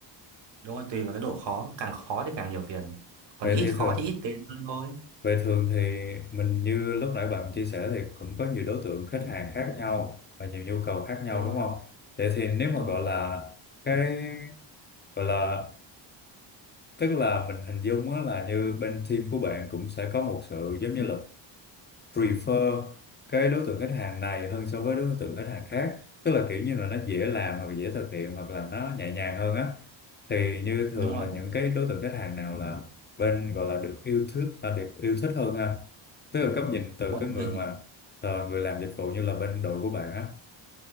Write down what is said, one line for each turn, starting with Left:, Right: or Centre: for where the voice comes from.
Right: Đúng rồi, tùy vào cái độ khó, càng khó thì càng nhiều tiền. Còn
Left: vậy
Right: ít
Left: thì
Right: khó
Left: thường
Right: thì ít tiền hơn thôi.
Left: vậy thường thì mình như lúc nãy bạn chia sẻ thì cũng có nhiều đối tượng khách hàng khác nhau và nhiều nhu cầu khác nhau
Right: Đúng rồi.
Left: đúng không? Vậy thì nếu mà
Right: Đúng
Left: gọi
Right: rồi.
Left: là cái gọi là tức là mình hình dung á là như bên team của bạn cũng sẽ có một sự giống như là prefer cái đối tượng khách hàng này hơn so với đối tượng khách hàng khác tức là kiểu như là nó dễ làm hoặc dễ thực hiện hoặc là nó nhẹ nhàng hơn á thì như
Right: Đúng
Left: thường
Right: rồi.
Left: là những cái đối tượng khách hàng nào là bên gọi là được yêu thích là được yêu thích hơn ha tức là góc nhìn từ
Right: Bọn
Left: cái người
Right: tôi thì
Left: mà ờ, người làm dịch vụ như là bên đội của bạn á